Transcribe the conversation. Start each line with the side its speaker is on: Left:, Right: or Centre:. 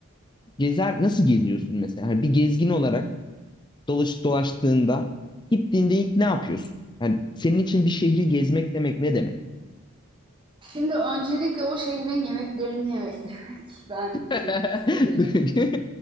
Left: gezer, nasıl geziyorsun mesela? Hani bir gezgin olarak dolaş, dolaştığında gittiğinde ilk ne yapıyorsun? Yani senin için bir şehri gezmek demek ne demek?
Right: Şimdi öncelikle o şehrin yemeklerini yemek <laughs> demek. Ben yemek
Left: <laughs>
Right: severim.